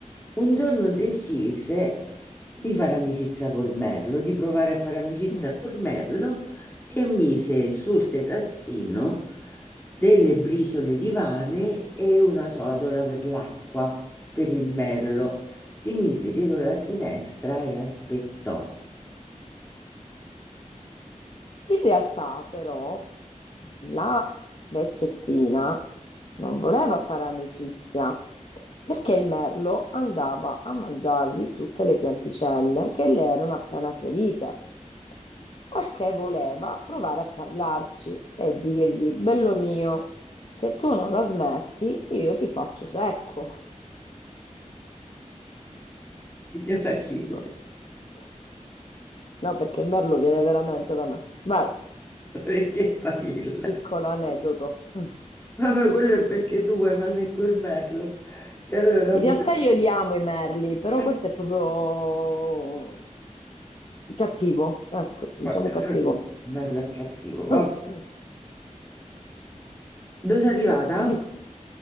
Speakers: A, on the left; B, on the left.
A: Un giorno decise di fare amicizia col merlo, di provare a fare amicizia
B: mm.
A: col merlo e mise sul terrazzino delle briciole di vane e una ciotola per l'acqua per il merlo. Si mise dietro la finestra e aspettò.
B: In realtà, però, la vecchiettina non voleva fare amicizia perché il merlo andava a mangiargli tutte le pianticelle che le erano appena fiorite, al che voleva provare a parlarci e dirgli: Bello mio, se tu non la smetti, io ti faccio secco.
A: Signor Achille,
B: <laughs> No, perché il merlo viene veramente da me. Vai,
A: vecchietta Achille.
B: piccolo aneddoto. Mm.
A: Vabbè, quello è perché tu vuoi fare col merlo. E allora
B: In
A: pure...
B: realtà io li amo i merli, però
A: eh,
B: questo è proprio cattivo, ecco, diciamo
A: vabbè,
B: cattivo.
A: Il merlo è cattivo, vabbè.
B: Mm, mm.
A: Dove sei arrivata?
B: Quindi